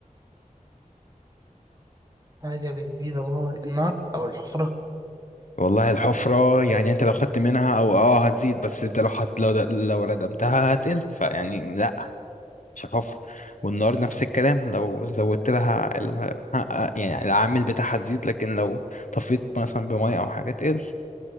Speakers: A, on the right; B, on the left.
A: حاجة بتزيد عمرها ما... النار أو الحفرة
B: والله الحفرة يعني انت لو خدت منها او اه هتزيد بس انت لو حط لو لو ردمتها هتقل فيعني لا مش الحفرة والنار نفس الكلام لو زودت لها ال... يعني العامل بتاعها تزيد لكن لو طفيت مثلا بمية او حاجة تقل